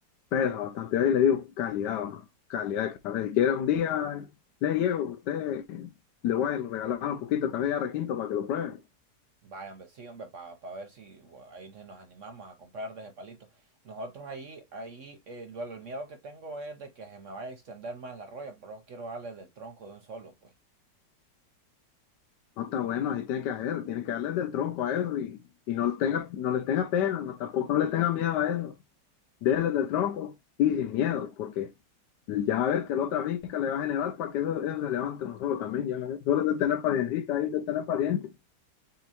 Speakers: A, on the left; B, on the right.
A: Pesa bastante. Ahí le digo calidad, ¿no? Calidad de café. Si quiere un día, le llevo, usted le voy a regalar un poquito de café ya requinto para que lo pruebe.
B: Vaya, hombre, sí, hombre, para ver si bueno, ahí nos animamos a comprar de ese palito. Nosotros ahí, ahí, eh, lo- el miedo que tengo es de que se me vaya a extender más la roya, por eso quiero darle del tronco de un solo, pues.
A: No está bueno, así tiene que hacer, tiene que darle del tronco a eso y, y no, le tenga, no le tenga pena, no, tampoco no le tenga miedo a eso. déjenles del tronco y sin miedo, porque ya va a ver que la otra finca le va a generar para que eso, eso se levante uno solo también, ya va a ver. Solo es de tener paciencia, ahí de tener paciencia.